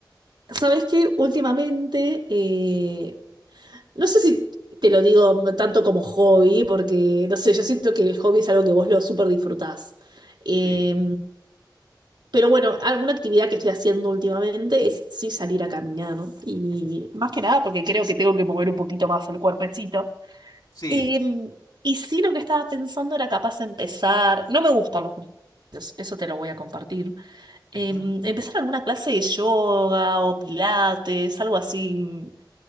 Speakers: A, on the right; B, on the left.
A: ¿sabes qué? Últimamente, eh, no sé si te lo digo tanto como hobby, porque no sé, yo siento que el hobby es algo que vos lo súper disfrutás. Eh,
B: Sí.
A: pero bueno, alguna actividad que estoy haciendo últimamente es sí salir a caminar, ¿no? Y más que nada porque creo que tengo que mover un poquito más el cuerpecito.
B: Sí.
A: Eh, y sí, lo que estaba pensando era capaz de empezar. No me gustan los gimnasios, eso te lo voy a compartir. em,
B: Ujú.
A: empezar alguna clase de yoga o pilates, algo así, mm,